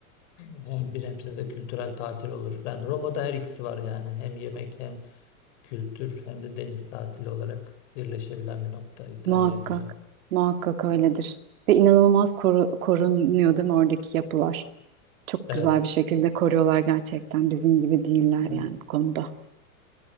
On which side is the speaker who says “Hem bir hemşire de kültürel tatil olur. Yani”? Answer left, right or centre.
Left